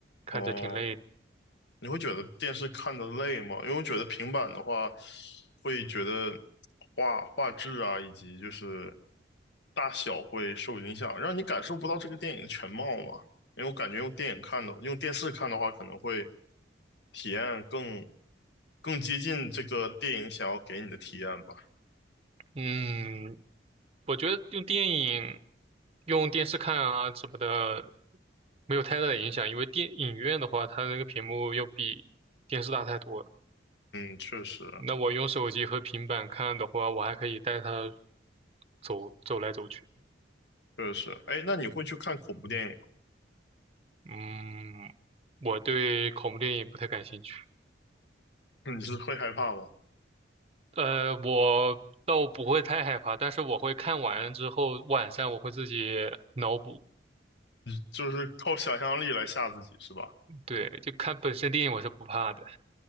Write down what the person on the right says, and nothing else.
看着挺累的。
嗯，我觉得用电影、用电视看啊什么的，没有太大的影响，因为电影院的话，它那个屏幕要比电视大太多了。
那我用手机和平板看的话，我还可以带它走走来走去。
嗯，我对恐怖电影不太感兴趣。
呃，我倒不会太害怕，但是我会看完之后，晚上我会自己脑补。
对，就看本身电影我是不怕的。